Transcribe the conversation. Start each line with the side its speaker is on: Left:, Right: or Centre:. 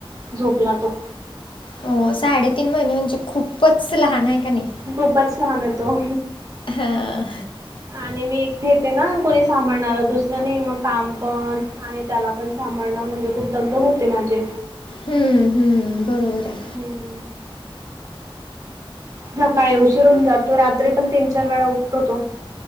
Right: झोपला तो.
Left: हो साडेतीन महिने म्हणजे खूपचं लहान आहे कां नी
Right: खूपच छान आहे तो.
Left: हां.
Right: आणि मी एकटे येते ना कोणी सांभाळणार दुसरं नाही मग काम पण आणि त्यांला पणं सांभाळणं म्हणजे खूंप दगदग होते माझी
Left: हम्मं हम्मं बरोबर आहे.
Right: हम्मं सकाळी उशीर होऊन जातो रात्री पण तीन चार वेळा उठतो तो.